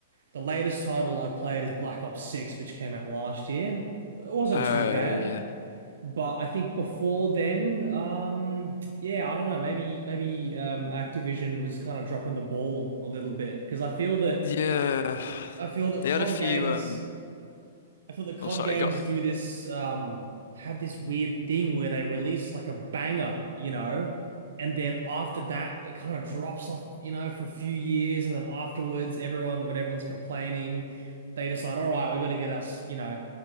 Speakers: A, on the right; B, on the left.
A: the latest title I've played is Black Ops 6, which came out last year. It wasn't
B: Oh
A: too bad.
B: yeah,
A: But I think before then, um, yeah, I don't know. Maybe maybe um, Activision was kind of dropping the ball a little bit because I feel
B: yeah.
A: that I feel
B: They had
A: that
B: a few.
A: COD games.
B: Um,
A: I feel that COD
B: oh sorry,
A: games
B: got
A: do this um have this weird thing where they release like a banger, you know, and then after that it kind of drops off, you know, for a few years, and then afterwards everyone when everyone's complaining, they decide, all right, we've got to get us, you know,